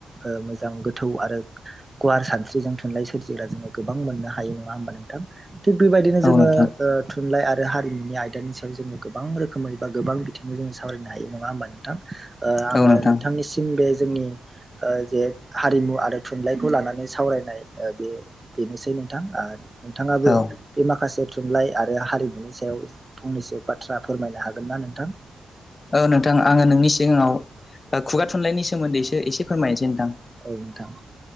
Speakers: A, on the right (about 20°); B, on the left (about 30°).
A: ओ मोजां गोथौ आरो गुवार सानस्रि जों थुनलाइ सोरजिग्रा जोङो गोबां मोननो हायो नङा होमबा नोंथां थिग बेबायदिनो
B: औ
A: जोङो
B: नोंथां
A: ओ थुनलाइ आरो हारिमुनि आयदानि सायाव जोङो गोबां रोखोमै बा गोबां बिथिङै जोङो सावरायनो हायो नङा होमबा नोंथां ओ आङो
B: औ नोंथां
A: नोंथांनिसिम बे जोंनि जे हारिमु आरो थुनलाइखौ लानानै सावराय नाय ओ बे बेनोसै नोंथां ओ नोंथाङाबो
B: औ
A: बे माखासे थुनलाइ आरो हारिमु नि सायाव फंनैसो बाथ्रा फोरमायनो हागोन ना नोंथां
B: औ नोंथां आङो नोंनि सिगाङाव खुगा थुनलाइनि सोमोन्दैसो एसे फोरमायनोसै नोंथां।
A: औ नोंथां